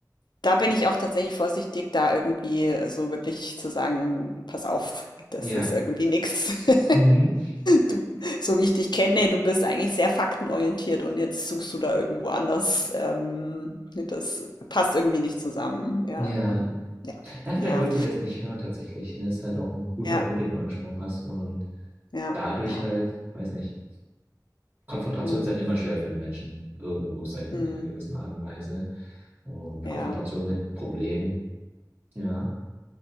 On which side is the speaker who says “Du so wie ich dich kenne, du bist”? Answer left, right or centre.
Left